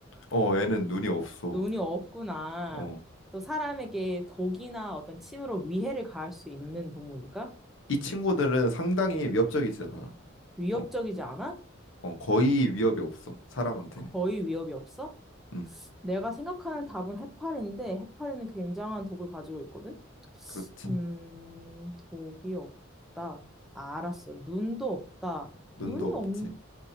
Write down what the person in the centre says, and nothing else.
눈이 없구나.
또 사람에게 독이나 어떤 침으로 위해를 가할 수 있는 동물일까?
위협적이지
않아?
거의 위협이 없어?
내가 생각하는 답은 해파리인데 해파리는 굉장한 독을 가지고 있거든?
음, 독이 없다. 아, 알았어. 눈도 없다.
눈이
없,